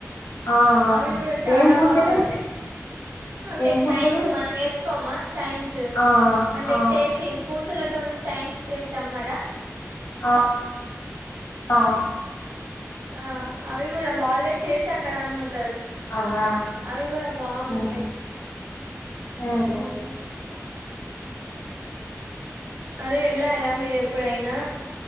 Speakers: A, on the left; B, on the right.
A: ఆ ఆ
B: అవి కూడా చాలా
A: ఏం పూసలు
B: బావుంటాయ్. అంటే
A: ఏం పూసలు
B: చైన్స్ మనం వేసుకోమా చైన్స్
A: ఆ
B: అంటే
A: ఆ
B: చేసి పూసలతోన్ చైన్స్ సేసామ్ మాదా
A: ఆహ్ ఆ
B: ఆ అవి కూడా వాళ్ళే చేసి అక్కడ అమ్ముతరు.
A: అవ్వా
B: అవి కూడా బావుంటే
A: మ్మ్ మ్మ్
B: హుహ్ అదే ఏళ్ళారా మీరు ఎప్పుడైనా